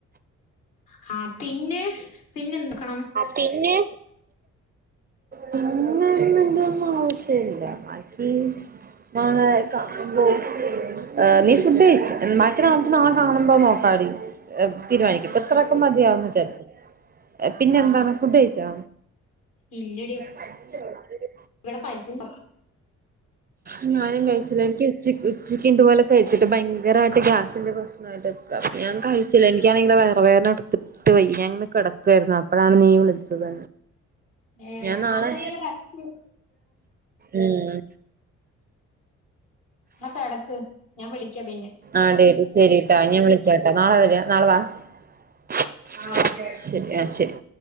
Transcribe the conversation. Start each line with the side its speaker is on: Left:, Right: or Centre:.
Left: ഹാ പിന്നെ പിന്നെ എന്ത്ക്കണം
Right: പിന്നെ പിന്ന അതിന്റെ ഇതൊന്നും ആവശ്യില്ല <unintelligible> നീ ഫുഡ് കയിച്ച ബാക്കി നമുക്ക് നാളെ കാണുമ്പോ നോക്കാടി തീരുമാനിക്കാം ഇപ്പ ഇത്രക്ക മതി <unintelligible> പിന്നെ എന്താണ് ഫുഡ് കഴിച്ചോ
Left: ഇല്ലെടി ഉം
Right: പറ്റൊ ളൂ
Left: ഇവിടെ പരിപ്പും കൊറവ
Right: ന്നാരും കയിച്ചില്ല ഇൻക്ക് ഉച്ചക്ക് ഉച്ചക്ക് ഇതുപോലെ കഴിച്ചില്ലെ ഭയങ്കരായിട്ട് ഗ്യാസിന്റെ പ്രശ്ന പത്ക്ക ഞാൻഴിച്ചില്ല എനിക്കാണെങ്കി ഇങ്ങന വയറുവേദന ത്തിട്ടു വയ്യാ കെടക്കായിരുന്നു അപ്പഴാണ് നീ വിളിച്ചത്
Left: ഏഹ്
Right: ഞാൻ നാളെ
Left: അന്നാ നീ റെസ്റ്റ് എടു
Right: ഉം
Left: എന്നാ കെടക്ക് ഞാൻ വിളിക്കാ പിന്നെ
Right: ആടി ശരിട്ടാ ഞാ വിളിക്കാട്ടാ നാളെ വരാ നാളെ വാ ആഹ് ഓകെ
Left: ഓക്കെ ഓക്കെ
Right: ശരി ആ ശരി